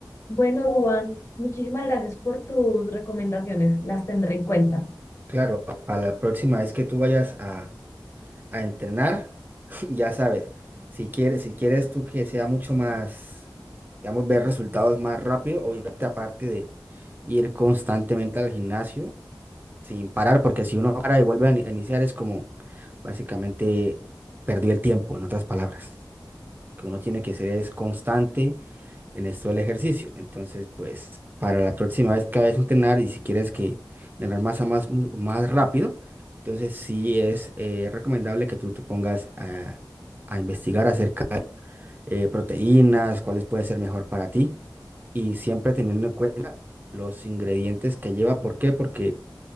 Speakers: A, on the left (about 35°); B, on the right (about 25°).
A: Bueno, Duan, muchísimas gracias por tus recomendaciones. Las tendré en cuenta.
B: Claro, para la próxima vez que tú vayas a a entrenar, <laughs> ya sabes, si quieres, si quieres tú que sea mucho más, digamos, ver resultados más rápido, obviamente aparte de ir constantemente al gimnasio sin parar, porque si uno para y vuelve a ni- a iniciar es como básicamente perdió el tiempo, en otras palabras que uno tiene que ser es constante en esto del ejercicio. Entonces, pues, para la próxima vez que vayas a entrenar y si quieres que ganar masa más, mu- más rápido, entonces sí es eh, recomendable que tú te pongas a, a investigar acerca de eh, proteínas, cuáles pueden ser mejor para ti y siempre teniendo en cuenta los ingredientes que lleva. ¿Por qué? Porque